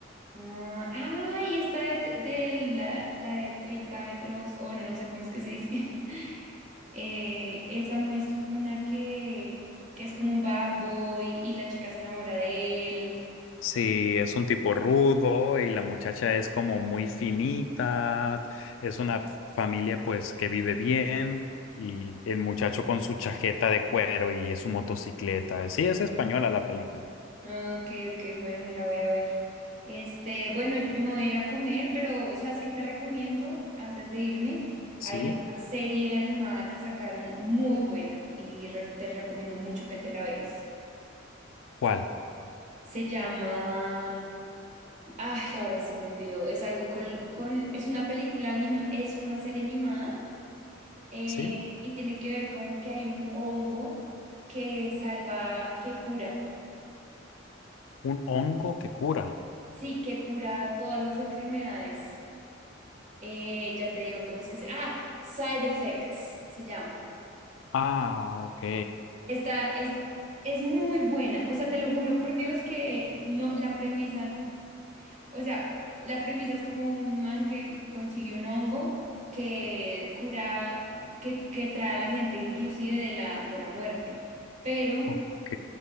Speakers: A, on the right (about 40°); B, on the left (about 70°).
A: Ah, ay, esta de, t- de la, la de 30 metros, o no, no sé cómo es que se dice. <laughs> Eh, esa no es una que, que es como un bad boy y la chica se enamora de él.
B: Sí, es un tipo rudo y la muchacha es como muy finita, es una familia pues que vive bien y el muchacho con su chaqueta de cuero y su motocicleta. Sí, es española la película.
A: Ah, Ok, ok, bueno, me la voy a ver. Este, bueno, y- me voy a ir a comer, pero ¿sabes qué te recomiendo antes de irme?
B: ¿Sí?
A: Hay una serie animada que sacaron muy buena y re- te recomiendo mucho que te la veas.
B: ¿Cuál?
A: Se llama Ay, ahora se me olvidó. Es algo con, con- es una película anima, es una serie animada eh,
B: ¿Sí?
A: y tiene que ver con que hay un hongo que salva, que cura.
B: Un hongo que cura.
A: Sí, que cura todas las enfermedades. Eh, ya te digo cómo es que se. Ah, Side Effects se llama.
B: Ah, ok.
A: Esta es, es muy buena. O sea, te lo juro por Dios que no, la premisa. O sea, la premisa es como un man que consigue un hongo que cura, que, que trae a la gente inclusive de la, de la muerte. Pero,
B: Ok,